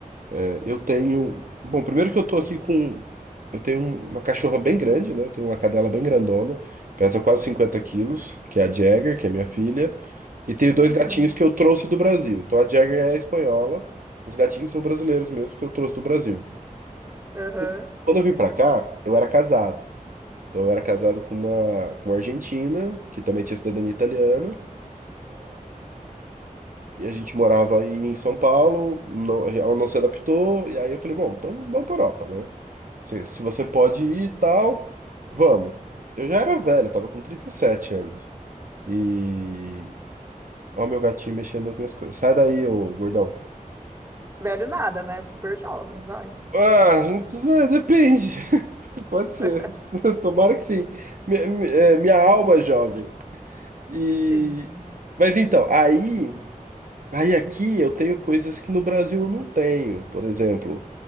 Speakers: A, on the right; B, on the right.
A: É, eu tenho. Bom, primeiro que eu tô aqui com. Eu tenho uma cachorra bem grande, né? Eu tenho uma cadela bem grandona, pesa quase 50 quilos, que é a Jagger, que é minha filha. E tenho dois
B: Uhum.
A: gatinhos que eu trouxe do Brasil. Então a Jagger é espanhola, os gatinhos são brasileiros mesmo, que eu trouxe do Brasil.
B: Aham.
A: Quando eu vim quando eu vim pra cá, eu era casado. Então eu era casado com uma, com uma argentina, que também tinha cidadania italiana. E a gente morava aí em São Paulo, não- ela não se adaptou, e aí eu falei, bom, então vamos para Europa, né? Se, se você pode ir e tal, vamos. Eu já era velho, eu tava com 37 anos. E. Ó, o meu gatinho mexendo nas minhas coisas. Sai daí, ô gordão.
B: Velho nada, né? Super jovem, vai.
A: Ah, é, depende. <laughs> Pode ser.
B: <laughs>
A: <laughs> Tomara que sim. Mi- mi- é, Minha, alma jovem. E.
B: Sim, sim,
A: Mas então, aí. Aí aqui eu tenho coisas que no Brasil eu não tenho. Por exemplo,